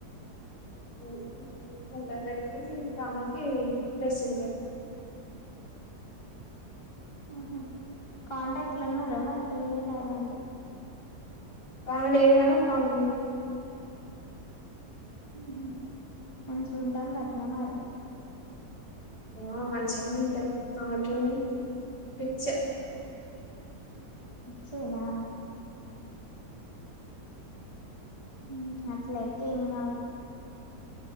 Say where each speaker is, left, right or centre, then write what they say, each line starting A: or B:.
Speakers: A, on the left; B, on the left.
A: <inaudible> పెట్టినం ఇంకొకామెకి డ్రెస్సింగ్ టేబుల్
B: మ్ హు కాంటాక్ట్లు ఉన్నారా మరి పెళ్ళిటయానికి.
A: కావాలి ఏదైన కామిడి నువ్వు
B: మ్ హు మంచిగ ఉంటాందా అట్ నా మరి?
A: ఆ మంచిగ ఉంటాది ఆమె కేంది పిచ్చ.
B: ఇచ్చేనా న్ యాయ్ అట్లయితే ఏం కావు